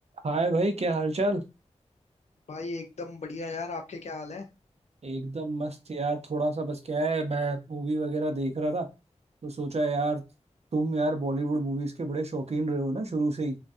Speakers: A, on the right (about 60°); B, on the left (about 65°).
A: हाय भाई क्या हालचाल
B: भाई एकदम बढ़िया यार आपके क्या हाल है
A: एकदम मस्त यार थोड़ा सा बस क्या है मैं मूवी वगैरह देख रहा था तो सोचा यार तुम यार बॉलीवुड मूवीज के बड़े शौकीन रहे हो ना शुरू से ही